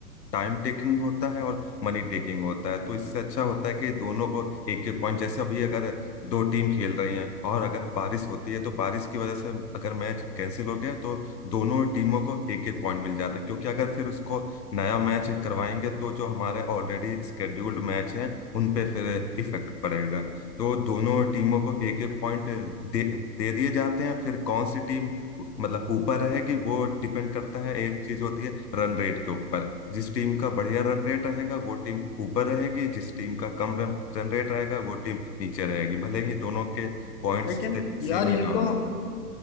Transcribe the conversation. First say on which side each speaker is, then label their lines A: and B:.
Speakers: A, on the left; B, on the left.
A: टाइम टेकिंग होता है और मनी टेकिंग होता है तो इससे अच्छा होता है कि दोनों को एक एक पॉइंट जैसे अभी अगर दो टीम खेल रही हैं और अगर बारिश होती है तो बारिश की वजह से अगर मैच कैंसिल हो गया तो दोनों टीमों को एक एक पॉइंट मिल जाता है क्योंकि अगर फिर उसको नया मैच करवाएंगे तो जो हमारे ऑलरेडी स्केड्यूल्ड मैच हैं उन पे फिर इफेक्ट पड़ेगा तो दोनों टीमों को एक एक पॉइंट दे दे दिए जाते हैं फिर कौन सी टीम मतलब ऊपर रहेगी वो डिपेंड करता है एक चीज होती है रन रेट के ऊपर जिस टीम का बढ़िया रन रेट रहेगा वो टीम ऊपर रहेगी जिस टीम का कम रन रेट रहेगा वो टीम नीचे रहेगी भले ही दोनों के पॉइंट्स
B: लेकिन
A: से सेम
B: यार
A: ही
B: ये
A: ना हो
B: तो